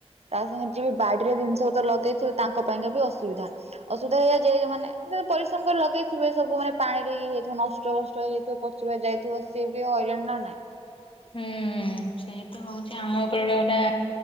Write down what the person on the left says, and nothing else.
ହୁଁ ସେଇ ତ ହଉଚି ଆମ ବେଳଟା